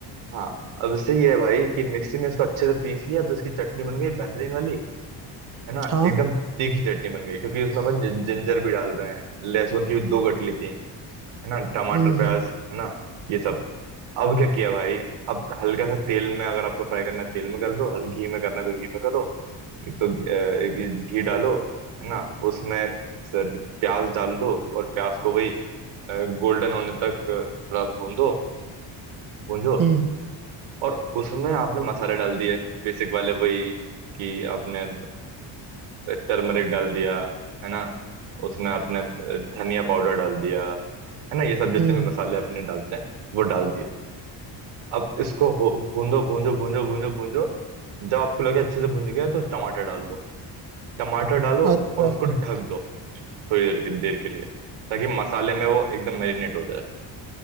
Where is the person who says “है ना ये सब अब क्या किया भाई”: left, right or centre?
Right